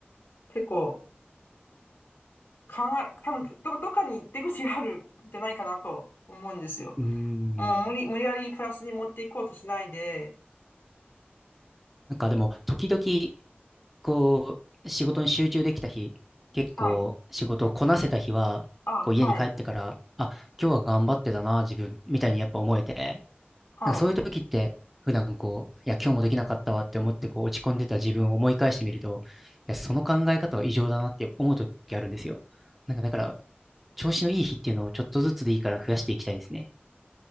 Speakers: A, on the left; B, in the centre.
A: 結構考え、多分ど、どっかに出口があるんじゃないかなと思うんですよ。
B: うーん。
A: もう無理、無理やりプラスに持っていこうとしないで、
B: なんかでも、時々、こう、仕事に集中できた日、結構仕事をこなせた日は、
A: はい。あ、
B: こう家に帰ってから、
A: はい。
B: あ、今日は頑張ってたな、自分、みたいにやっぱ思えて、
A: はい。
B: なんかそういう時って、普段こう、いや、今日もできなかったわって思ってこう落ち込んでた自分を思い返してみると、いや、その考え方は異常だなって思う時あるんですよ。なんかだから、調子のいい日っていうのをちょっとずつでいいから増やしていきたいですね。